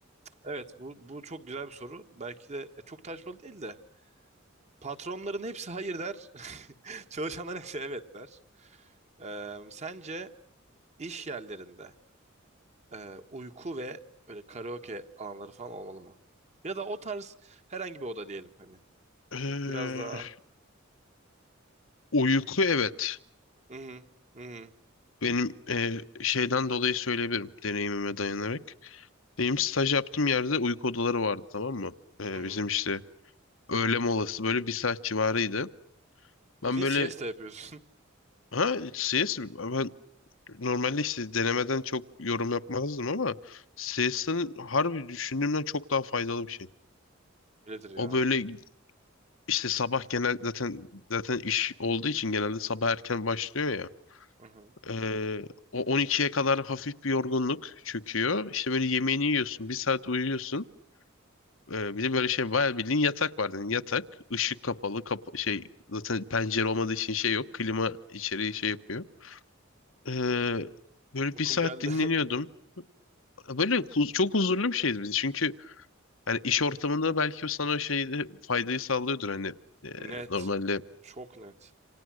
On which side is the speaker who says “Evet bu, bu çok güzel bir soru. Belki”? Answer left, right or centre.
Right